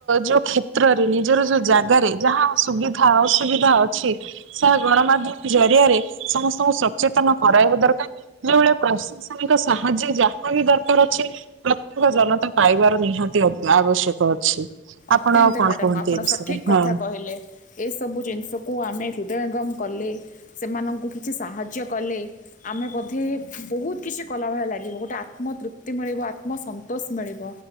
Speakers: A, on the right (about 75°); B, on the left (about 40°).
A: ଯୋଉ କ୍ଷେତ୍ରରେ ନିଜର ଯୋଉ ଜାଗାରେ ଯାହା ସୁବିଧା ଅସୁବିଧା ଅଛି ସେହା ଗଣମାଧ୍ୟମ ଜରିଆରେ ସମସ୍ତଙ୍କୁ ସଚେତନ କରାଇବା ଦରକାର ଯୋଉଭଳିଆ ପ୍ରଶାସନିକ ସାହାଯ୍ୟ ଯାହା ବି ଦରକାର ପ୍ରତ୍ୟେକ ଜନତା ପାଇବାର ନିହାତି ଆବଶ୍ୟକ ଅଛି
B: ଅତ୍ୟନ୍ତ
A: ଆପଣ କଣ
B: ମ୍ୟାଡାମ
A: କୁହନ୍ତି
B: ଆପଣ
A: ଏ ବିଷୟରେ
B: ସଠିକ କଥା
A: ହଁ।
B: କହିଲେ ଏସବୁ ଜିନିଷକୁ ଆମେ ହୃଦୟଙ୍ଗମ କଲେ ସେମାନଙ୍କୁ କିଛି ସାହାଯ୍ୟ କଲେ ଆମେ ବୋଧେ ବହୁତ କିଛି କଲା ଭଳେ ଲାଗିବ ଗୋଟେ ଆତ୍ମତୃପ୍ତି ମିଳିବ ଆତ୍ମସନ୍ତୋଷ ମିଳିବ